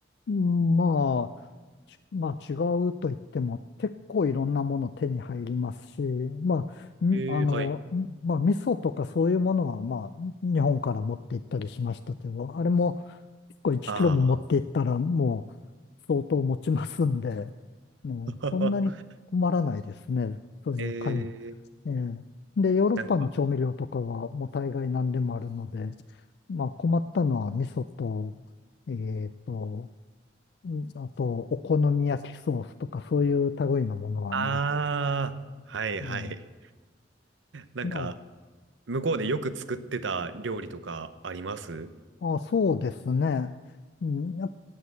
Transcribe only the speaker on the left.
うんまあ、ちまあ違うと言っても結構いろんなもの手に入りますし、まあ、んあの、
んまあ味噌とかそういうものはまあ日本から持って行ったりしましたけど、あれも結構1キロも持って行ったらもう
相当持ちますんで、もうそんなに困らないですね。
そういう買い、
ええで、ヨーロッパの調味料とかはもう大概何でもあるので、
まあ困ったのは味噌と、えっと、うんあと、お好み焼きソースとかそういう類のものはない。
うん、
ま
あ、あ、そうですね。うん、やっ